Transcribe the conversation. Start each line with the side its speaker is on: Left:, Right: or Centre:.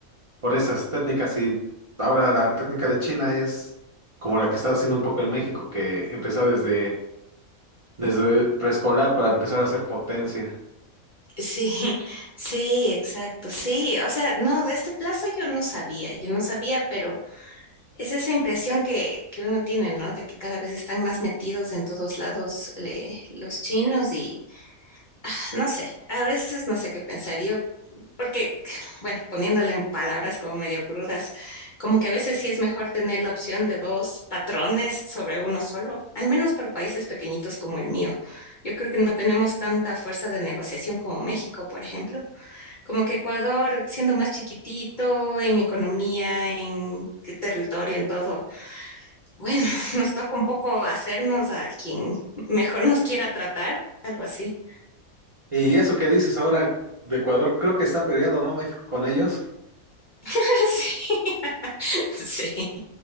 Right: por esas técnicas y ahora la técnica de China es como la que está haciendo un poco en México, que empezó desde, desde preescolar para empezar a hacer potencia.
Left: Sí, <laughs> sí, exacto, sí. O sea, no, de este plazo yo no sabía, yo no sabía, pero es esa impresión que, que uno tiene, ¿no? De que cada vez están más metidos en todos lados eh, los chinos y, ah, no sé, a veces no sé qué pensaría Porque, bueno, poniéndole en palabras como medio crudas, como que a veces sí es mejor tener la opción de dos patrones sobre uno solo, al menos para países pequeñitos como el mío. Yo creo que no tenemos tanta fuerza de negociación como México, por ejemplo. Como que Ecuador, siendo más chiquitito en economía, en territorio, en todo, bueno, <laughs> nos toca un poco hacernos a quien mejor nos quiera tratar, algo así.
Right: Y eso que dices ahora de Ecuador, creo que está peleado, ¿no? México con ellos.
Left: <laughs> Sí, sí.